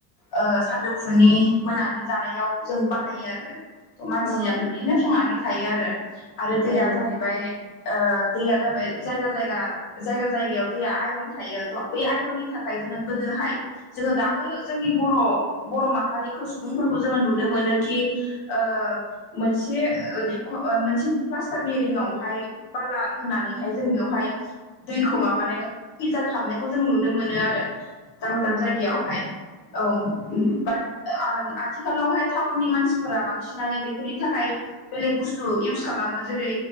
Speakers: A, on the left; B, on the left.
A: ओ सानजौफुनि मोनानि जानायाव जों बाहायो आरो । त' मानसिया
B: औ
A: बेबायदिनो थांनानै थायो आरो आरो दैया
B: औ
A: जाहैबाय ओ दैया जाबाय जायगा जायगा जायगा जायगायाव दैया आयरन थायो त' बेै आयरननि था थाखाय जोङो गोदोहाय जोङो दाबो जोंनि बर' बर' माहारिखौ सुबुंफोरखौ जोङो नुनो मो मोनोखि ओ मोनसे दैख' मोनसे प्लास्टारनि रिंआवहाय बाला होनानैहाय जों बेवहाय दैखौ माबानाय फिल्टार खालामनायखौ जों नुनो मोनो आरो । दाब
B: औ
A: दाब जायगायावहाय
B: नंगौ
A: औ बाट आ-आथिखालावहाय टाउननि मानसिफोरा बांसिनानो बेफोरनि थाखाय बेलेक बुस्थु इउस खालामो जेरै